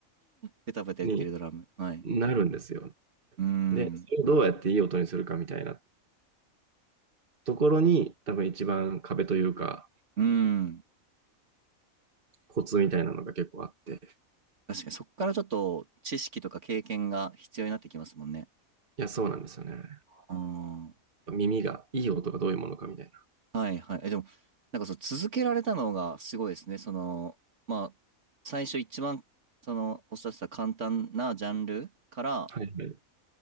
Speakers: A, on the right; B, on the right.
A: ペタペタ言ってるドラム。
B: に
A: はい。
B: なるんですよ。
A: うーん。
B: で、それをどうやっていい音にするかみたいなところに、多分一番壁というか、
A: うーん。
B: コツみたいなのが結構あって。い
A: 確かにそこからちょっと知識とか経験が必要になってきますもんね。
B: や、そうなんですよね。
A: うん。
B: 耳が、いい音がどういうものかみたいな。
A: はいはい。え、でも、なんかそう続けられたのがすごいですね。その、まあ、最初一番、その、おっしゃってた簡単なジャンルから、
B: はいはい。